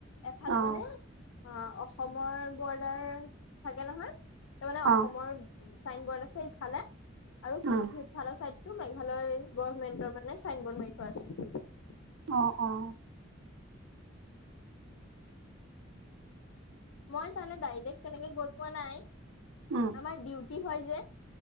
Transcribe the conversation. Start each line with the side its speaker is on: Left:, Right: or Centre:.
Left: এফালে
Right: অ
Left: মানে। অ অসমৰ বৰ্ডাৰ থাকে নহয় তা মানে
Right: অ
Left: অসমৰ চাইন বৰ্ড আছে সিফালে আৰু
Right: উম
Left: সিফালৰ চাইড তটো মেঘালয় গভমেন্টৰ মানে চাইন বদ মাৰি থোৱা আছে।
Right: আহ অ
Left: মই তানে ডাইৰেক্ট কেনেকে গৈ পোৱা নাই।
Right: উম
Left: আমাৰ ডিউটি হয় যে